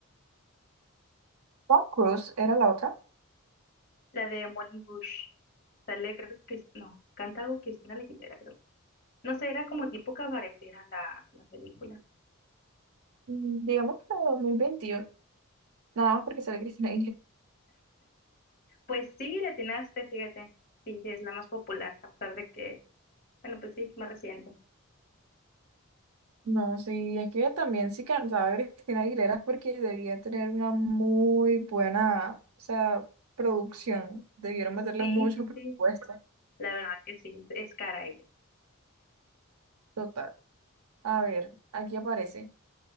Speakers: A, on the right (about 90°); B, on the left (about 45°).
A: Tom Cruise era la otra.
B: La de Moulin Rouge. Sale, creo que, Cris- no, canta algo Cristina Aguilera, creo. No sé, era como tipo cabaretera la, la película.
A: Mm, Digamos que la de dos mil veintiuno nada más porque sale Cristina
B: Pues sí, la atinaste, fíjate. Sí, sí, es la más popular, a pesar de que, bueno, pues sí, es más reciente.
A: No, sí, es que también sí cantaba Cristina Aguilera es porque debía tener una muy buena, o sea, producción. Debieron meterle
B: Sí,
A: mucho
B: sí,
A: presupuesto.
B: sí, la verdad que sí, es cara ella.
A: Total. A ver, aquí aparece.